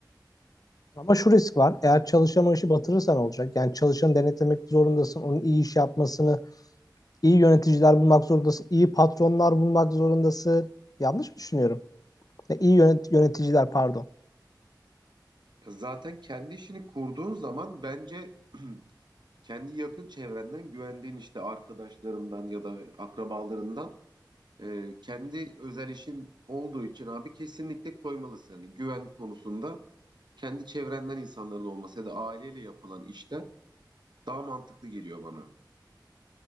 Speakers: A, on the left (about 55°); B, on the right (about 75°).
A: ama şu risk var. Eğer çalışan o işi batırırsan olacak. Yani çalışanı denetlemek zorundasın. Onun iyi iş yapmasını, iyi yöneticiler bulmak zorundasın. iyi patronlar bulmak zorundasın. Yanlış mı düşünüyorum? Ne, iyi yönet- yöneticiler pardon.
B: Zaten kendi işini kurduğun zaman bence <clears throat> kendi yakın çevrenden güvendiğin işte arkadaşlarından ya da akrabalarından e, kendi özel işin olduğu için abi kesinlikle koymalısın. Yani güven konusunda kendi çevrenden insanların olması ya da aileyle yapılan işler daha mantıklı geliyor bana.